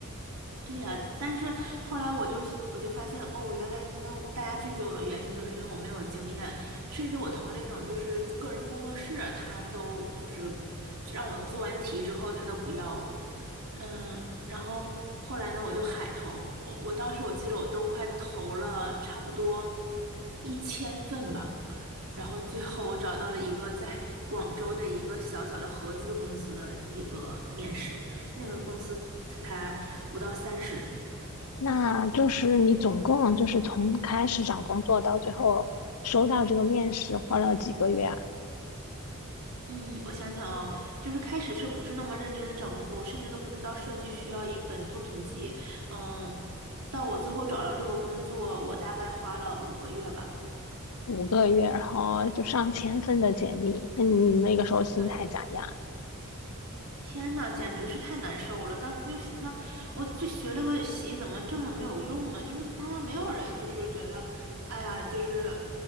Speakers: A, on the right (about 75°); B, on the left (about 75°).
A: 对呀，但是后来我就我就发现，哦，原来因为我大家拒绝我的原因都是因为我没有经验，甚至我投那种就是个人工作室，他都就是让我做完题之后，他都不要我。嗯，然后后来呢，我就海投，我我当时我记得我都快投了差不多一千份吧，然后最后我找到了一个在广州的一个小小的合资公司的一个面试。那个公司才不到三十人。
B: 那就是你总共就是从开始找工作到最后收到这个面试，花了几个月啊？
A: 嗯，我想想哦，就是开始是不是那么认真的找工作，我甚至都不知道设计需要一本作品集。嗯，到我最后找到这个工作，我大概花了五个月吧。
B: 五个月，然后就上千份的简历。那你那个时候心态咋样？
A: 对，天呐，简直是太难受了！当时就心想，我这学了个习，怎么这么没有用呢？就是大家没有人就是觉得，哎呀，就是，